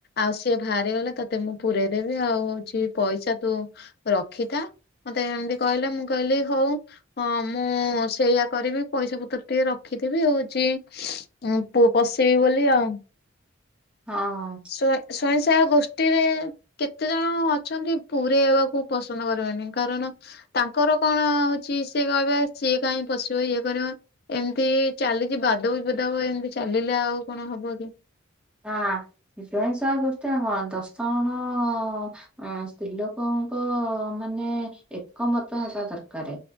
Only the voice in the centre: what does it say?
ହଁ-ଅଁ
ହଁ -ଅଁ-ସ୍ୱୟଂସହାୟକ୍ ଗୋଷ୍ଟୀ ମାନେ କଣ ଦଶ ଜ -ଣ -ଣ-ଅଁ- ସ୍ତ୍ରୀ ଲୋକ ପ-ଅ-ମାନେ ଏକମତ ହେବା ଦର୍କାରେ।